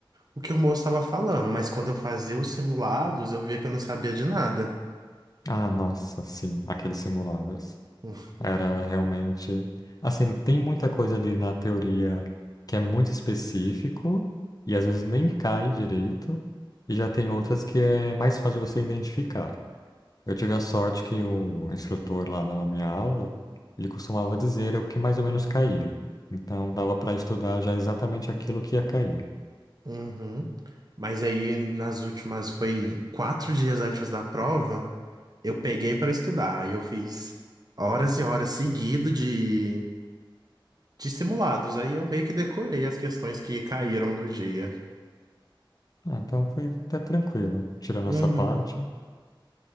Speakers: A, on the right (about 50°); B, on the left (about 45°).
A: o que o moço estava falando, mas quando eu fazia os simulados eu via que eu não sabia de nada.
B: Ah, nossa, sim, aqueles simulados.
A: <laughs>
B: Era realmente. Assim, tem muita coisa ali na teoria que é muito específico e às vezes nem cai direito, e já tem outras que é mais fácil você identificar. Eu tive a sorte que o instrutor lá na minha aula, ele costumava dizer o que mais ou menos caía. Então dava para estudar já exatamente aquilo que ia cair.
A: Uhum. Mas aí nas últimas, foi quatro dias antes da prova, eu peguei para estudar. Aí eu fiz horas e horas seguido de de simulados. Aí eu meio que decorei as questões que caíram no dia.
B: Ah, então foi até tranquilo, tirando
A: Uhum.
B: essa parte.